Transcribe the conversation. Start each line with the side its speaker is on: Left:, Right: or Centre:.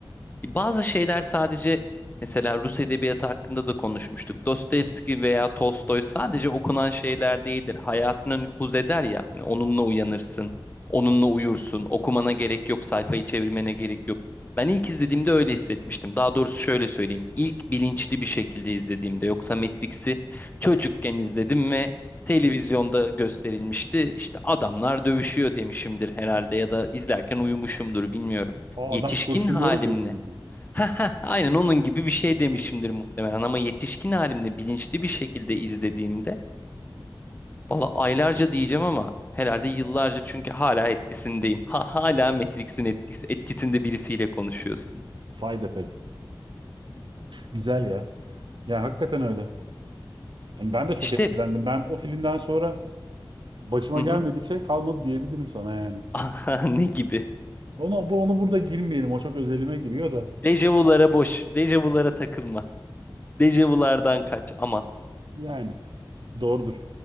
Left: Bazı şeyler sadece mesela Rus edebiyatı hakkında da konuşmuştuk. Dostoyevski veya Tolstoy sadece okunan şeyler değildir. Hayatına nüfuz eder ya. Hani onunla uyanırsın, onunla uyursun. Okumana gerek yok, sayfayı çevirmene gerek yok. Ben ilk izlediğimde öyle hissetmiştim. Daha doğrusu şöyle söyleyeyim. İlk bilinçli bir şekilde izlediğimde. Yoksa Matrix'i çocukken izledim ve televizyonda gösterilmişti. İşte adamlar dövüşüyor demişimdir herhalde ya da izlerken uyumuşumdur bilmiyorum
Right: Aa,
Left: yetişkin
Right: adam kurşunları
Left: halimle
Right: durdurdu.
Left: <laughs> Heh, heh, aynen onun gibi bir şey demişimdir muhtemelen ama yetişkin halimde bilinçli bir şekilde izlediğimde valla aylarca diyeceğim ama herhalde yıllarca çünkü hala etkisindeyim. Ha, hala Matrix'in etkisi, etkisinde birisiyle konuşuyorsun.
Right: Side effect. Güzel ya. Yani hakikaten öyle. Hani ben de çok
Left: İşte
Right: etkilendim. Ben o filmden sonra başıma
Left: hı
Right: gelmedik
Left: hı.
Right: şey kalmadı diyebilirim sana yani.
Left: <laughs> Aha, ne gibi?
Right: Onu, bu- onu burada girmeyelim. O çok özelime giriyor da.
Left: Dejavulara boş, dejavulara takılma. Dejavulardan kaç aman.
Right: Yani. Doğrudur.